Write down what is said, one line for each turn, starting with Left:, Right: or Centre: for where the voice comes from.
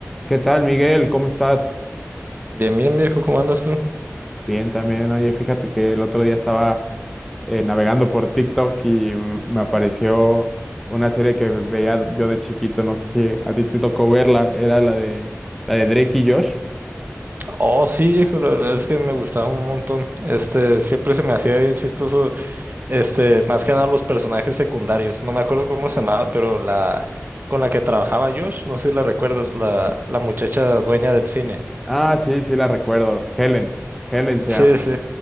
Centre: ¿Qué tal, Miguel? ¿Cómo estás?
Right: Bien, bien, viejo, ¿cómo andas tú?
Centre: Bien, también. Oye, fíjate que el otro día estaba eh, navegando por TikTok y mm, me apareció una serie que veía yo de chiquito. No sé si a ti te tocó verla. Era la de la de Drake y Josh.
Right: Oh, sí, viejo, la verdad es que me gustaba un montón. Este, siempre se me hacía bien chistoso, este, más que nada los personajes secundarios. No me acuerdo cómo se llamaba, pero la con la que trabajaba Josh, no sé si la recuerdas, la, la muchacha dueña del cine.
Centre: Ah, sí, sí la recuerdo. Helen. Helen se
Right: Sí,
Centre: llama.
Right: sí.